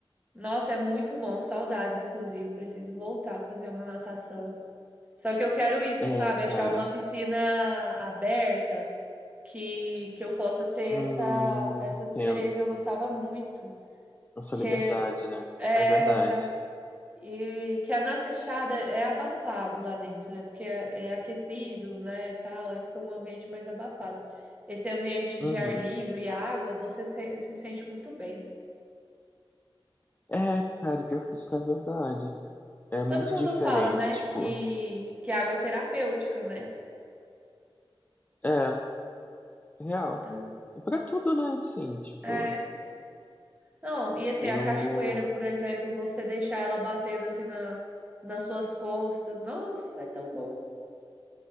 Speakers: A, on the right; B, on the left.
A: nossa, é muito bom, saudades, inclusive. Preciso voltar a fazer uma natação. Só que eu quero isso,
B: É,
A: sabe?
B: cara.
A: Achar uma piscina aberta que, que eu possa ter
B: Hum,
A: essa, essas experiências.
B: entendo.
A: Eu gostava muito.
B: Nossa
A: Que
B: liberdade, né?
A: é
B: É verdade.
A: essa. E que a na fechada é abafado lá dentro, né? Porque é, é aquecido, né? E tal, aí fica um ambiente mais abafado. Esse ambiente
B: Uhum.
A: de ar livre e água, você se, se sente muito bem.
B: É, cara, pior que isso é verdade. É muito
A: Todo mundo
B: diferente,
A: fala, né,
B: tipo,
A: que, que a água é terapêutica, né?
B: é, real.
A: Então,
B: E pra tudo, né? Assim, tipo,
A: é. Não, e assim,
B: eu.
A: a cachoeira, por exemplo, você deixar ela batendo assim na, nas suas costas. Nossa, é tão bom.